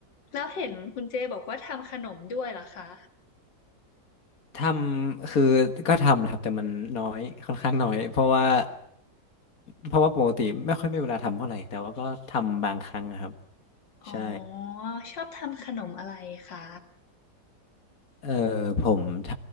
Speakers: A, on the left (about 85°); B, on the left (about 55°).
A: แล้วเห็นคุณเจบอกว่าทำขนมด้วยเหรอคะ
B: ทำคือก็ทำนะครับแต่มันน้อยค่อนข้างน้อยเพราะว่าเพราะว่าปกติไม่ค่อยมีเวลาทำเท่าไหร่แต่ว่าก็ทำบางครั้งนะครับ
A: อ๋อ
B: ใช่
A: ชอบทำขนมอะไรคะ
B: เออผมท